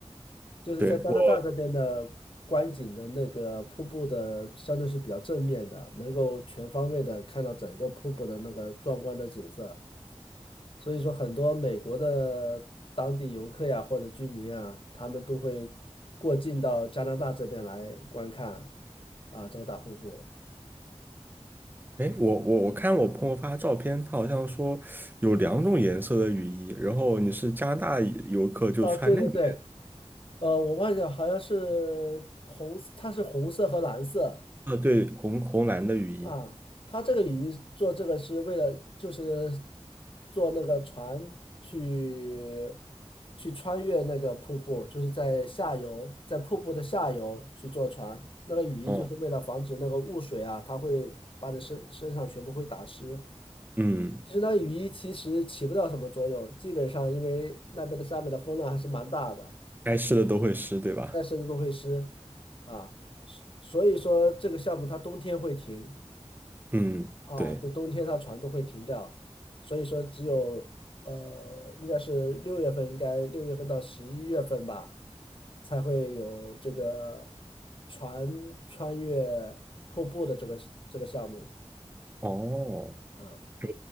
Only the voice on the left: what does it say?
就是在加拿大这边的观景的那个瀑布的，
相对是比较正面的，能够全方位的看到整个瀑布的那个壮观的景色。所以说，很多美国的当地游客呀或者居民啊，他们都会过境到加拿大这边来观看啊这个大瀑布。
啊，对对对，呃，我忘记了，好像是红色，它是红色和蓝色
啊。它这个雨衣做这个是为了，就是做那个船去去穿越那个瀑布，就是在下游，在瀑布的下游去坐船。那个雨衣就是为了防止那个雾水啊，
它会把你身身上全部会打湿。
其实那雨衣其实起不到什么作用，基本上因为那边的下面的风浪还是蛮大的。
但是都会湿啊，所以说这个项目它冬天会停
啊，
就冬天它船都会停掉，所以说只有呃，应该是六月份，应该六月份到十一月份吧，才会有这个船穿越瀑布的这个这个项目
啊。